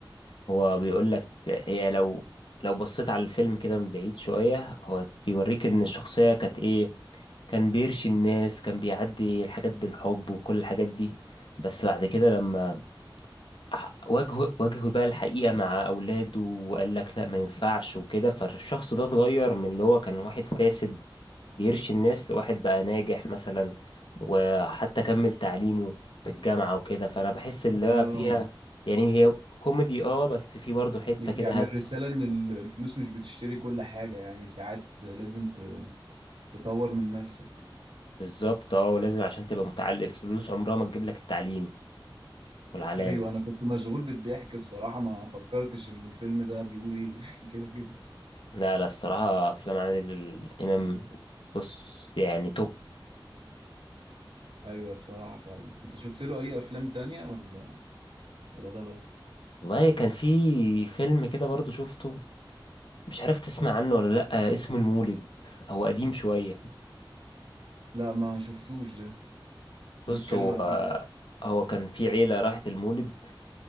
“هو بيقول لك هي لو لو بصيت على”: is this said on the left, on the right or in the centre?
Left